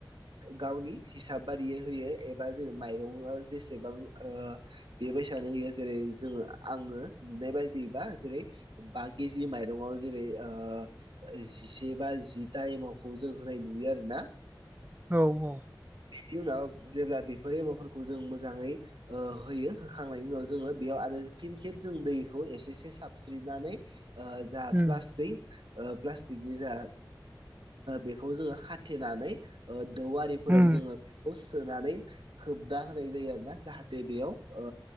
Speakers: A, on the right; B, on the right.
A: गावनि हिसाब बादियै होयो एबा जेन माइरङा जेसेबां ओ बेबायसानो होयो जेरै जोङो आङो नुनाय बायदिबा जेरै बाखि जि माइरङाव ओ जिसे बा जि टाइमावखौ जों होनाय नुयो आरो ना।
B: औ औ
A: बिनि उनाव जेब्ला बेफोर एमाफोरखौ जों मोजाङै ओ होयो होखांनायनि उनाव जोङो बेयाव आरो फिन खेब जों दैखौ एसे एसे साबस्रिनानै ओ जा
B: उम
A: प्लास्टिक ओ प्लास्टिकनि जा बेखौ जोङो खाथेनानै ओ दौवारि फोराव
B: उम
A: जोङो बेखौ सोनानै होबनाा होनाय जायो आरो ना जाहाथे बेयाव ओ